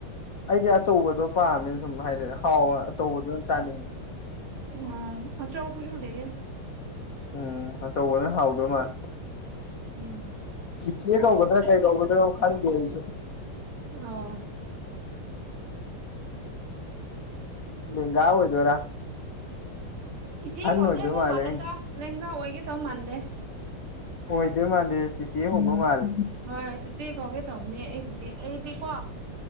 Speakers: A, on the left; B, on the right.
A: ꯑꯩꯗꯤ ꯑꯆꯧꯕꯗꯣ ꯄꯥꯝꯃꯦ ꯁꯨꯝ ꯍꯥꯏꯗꯤ ꯍꯥꯎ ꯑꯆꯧꯕꯗꯨ ꯑꯗꯨꯝ ꯆꯥꯅꯤꯡꯉꯦ
B: ꯎꯝ ꯑꯆꯧꯕꯁꯨ ꯂꯩꯌꯦ
A: ꯎꯝ ꯑꯆꯧꯕꯅ ꯍꯥꯎꯗꯣꯏ ꯃꯥꯜꯂꯦ
B: ꯎꯝ
A: ꯆꯦ ꯆꯦ ꯀꯧꯒꯗ꯭ꯔ ꯀꯩ ꯀꯧꯗꯣꯏꯅꯣ ꯈꯪꯗꯦ ꯑꯩꯁꯨ
B: ꯑꯣ
A: ꯂꯦꯡꯒꯥ ꯑꯣꯏꯗꯣꯏꯔ
B: ꯏꯆꯦ ꯀꯧꯒꯗꯕ
A: ꯑꯣꯏꯗꯣꯏ ꯃꯥꯜꯂꯦ
B: ꯃꯥꯜꯂꯤꯗ ꯂꯦꯡꯒꯥ ꯑꯣꯏꯗꯧ ꯃꯥꯟꯗꯦ
A: ꯑꯣꯏꯗꯣꯏ ꯃꯥꯜꯗꯦ ꯆꯤꯆꯦ ꯒꯨꯝꯕ ꯃꯥꯜꯂꯦ
B: ꯍꯣꯏ ꯆꯤꯆꯦ ꯀꯧꯒꯦ ꯇꯧꯕꯅꯦ ꯑꯩꯕꯨꯗꯤ ꯑꯩꯗꯤꯀꯣ